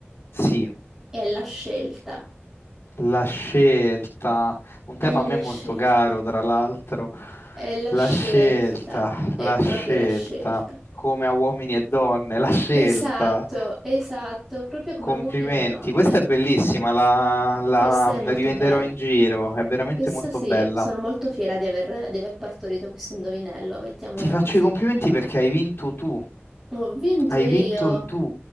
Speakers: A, on the left; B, on the right.
A: Sì,
B: È la scelta.
A: la scelta, un tema
B: È la
A: a me molto
B: scelta.
A: caro, tra l'altro,
B: È la
A: la
B: scelta,
A: scelta,
B: è
A: la
B: proprio
A: scelta,
B: la scelta.
A: come a uomini e donne, la scelta.
B: Esatto, esatto, proprio come
A: Complimenti,
B: uomini e donne.
A: questa è bellissima, la, la
B: Questa è molto
A: rivenderò
B: bella.
A: in giro, è veramente
B: Questa
A: molto
B: sì,
A: bella.
B: sono molto fiera di aver, di aver partorito questo indovinello, mettiamola
A: Ti faccio
B: così.
A: i complimenti perché hai vinto tu,
B: Ho vinto
A: hai
B: io.
A: vinto tu,